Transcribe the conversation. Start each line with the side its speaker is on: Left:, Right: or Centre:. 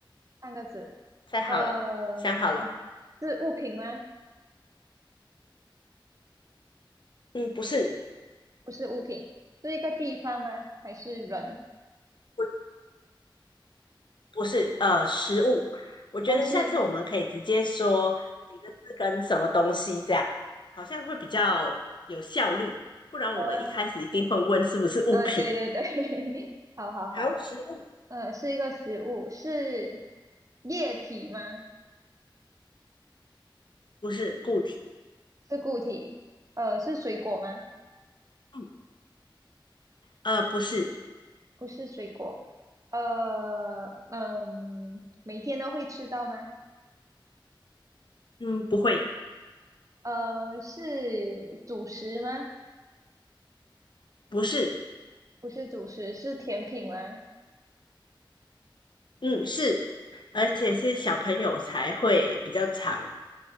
Right: 三个字。
Left: 猜好了，
Right: 呃，
Left: 想好了。
Right: 是物品吗？
Left: 嗯，不是，
Right: 不是物品，是一个地方吗？还是人？
Left: 不，不是，呃，食物。我觉得下次我们可以直接说几个字跟什么东西，
Right: 哦，是，
Left: 这样好像会比较有效率。不然我们一开始一定会问是不是物品。
Right: 好啊，啊，对对对，<laughs> 好好好。
Left: 好，食物。
Right: 呃，是一个食物，是液体吗？
Left: 不是固体，
Right: 是固体？呃，是水果吗？
Left: 嗯，呃，不是，
Right: 不是水果。呃，嗯，每天都会吃到吗？
Left: 嗯，不会，
Right: 呃，是主食吗？
Left: 不是，
Right: 不是主食，是甜品吗？
Left: 嗯，是，而且是小朋友才会比较常